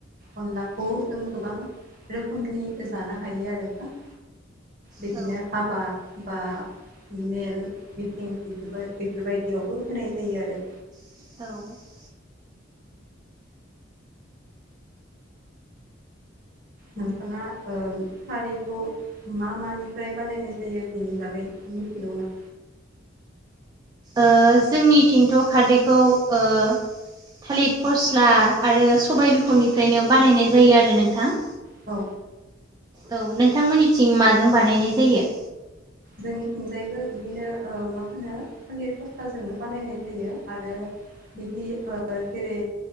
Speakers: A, on the right; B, on the right.
A: अनलाखौ जों गोबां रोखोमनि जानो हायो आरो दा बिदिनो
B: औ
A: हाबा बा मेल मिटिं बेफोर बेफोरबायदियावबो होनाय जायो आरो।
B: औ
A: नोंथाङा ओ सारिखौ मा मानिफ्राय बानायनाय जायो बेनि बागै मिथिगौ ना?
B: ओ जोंनि थिंथ' खारदैखौ ओ थालिरिर फस्ला आरो सबायाइ बिखुरनिफ्रायनो बानायनाय जायो आरो नोंथां।
A: औ
B: औ नोंथांमोननिथिं माजों बानायनाय जायो?
A: जोंनिथिंजायबो बिदिनो मा होनो? थालिर खस्थाजोंनो बानायनाय जायो आरो बिदि जेरै